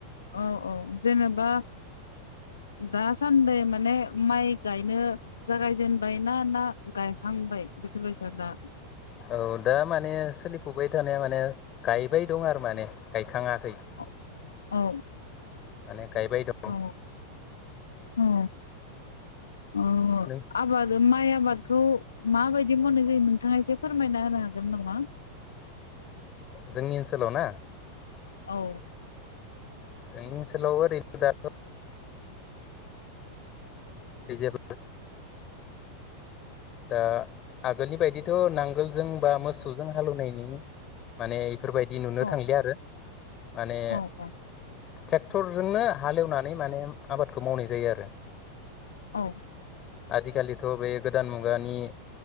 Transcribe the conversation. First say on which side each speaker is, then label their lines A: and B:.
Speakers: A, on the left (about 70°); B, on the left (about 30°).
A: औ औ जेनेबा दास सान्दै माने माइ गायनो जागायजेनबाय ना ना गायखांबाय बेफोरबायसा दा।
B: औ दा माने सोलिफुबबाय थानाया माने गायबाय दं आरो माने गायखाङाखै माने
A: औ औ
B: गायबाय दं
A: औ। औ। अ
B: नों
A: आबाद माइ आबाद। खौ माबायदि मावनाय जायो नोंथाङा एसे फोरमायना होनो हागोन नामा?
B: जोंनि ओनसोलाव ना
A: औ।
B: जोंनि ओनसोलाव ओरैनो दाथ' <inaudible> दा आगोलनि बायदिथ' नांगोलजों बा मोसौजों हालौवनायनि माने बेफोरबायदि नुनो
A: औ
B: थांलिया आरो माने
A: औ औ
B: ट्रेक्टरजोंनो हालेवनानै माने आबादखौ मावनाय जायो आरो
A: औ।
B: आजि खालिथ' बे गोदान मु मुगानि